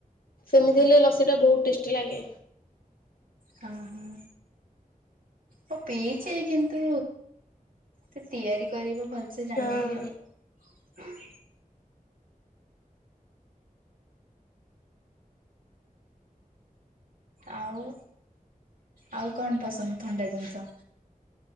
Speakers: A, on the left; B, on the right.
A: ସେମିତି
B: ହଁ।
A: ହେଲେ ଲସି ଟା ବହୁତ ଟେଷ୍ଟି ଲାଗେ।
B: ହଁ ହଁ। ହଁ ପିଇଛିେ କିନ୍ତୁ ତ ତିଆରି କରିଵା। ଭଲସେ ଜାଣିନି
A: ହଁ
B: ଆଉ। ଆଉ ଆଉ କଣ ପସନ୍ଦ ଥଣ୍ଡା ଜିନିଷ?